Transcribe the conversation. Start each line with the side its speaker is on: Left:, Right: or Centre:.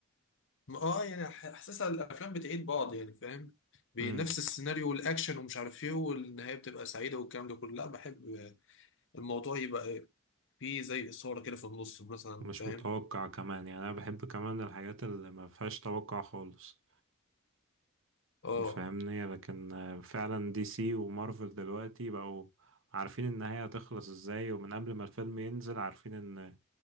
Left: اه يعني ح- حاسسها الافلام بتعيد بعض يعني فاهم بنفس
Right: مم.
Left: السيناريو والاكشن ومش عارف ايه والنهايه بتبقى سعيده والكلام ده كله لا بحب الموضوع يبقى إيه، فيه زي اثاره كده في النص مثلا
Right: مش
Left: فاهم
Right: متوقع كمان يعني انا بحب كمان الحاجات اللي ما فيهاش توقع خالص
Left: اه
Right: فاهمني لكن آه، فعلا دي سي ومارفل دلوقتي بقوا عارفين النهاية هتخلص ازاي ومن قبل ما الفيلم ينزل عارفين ان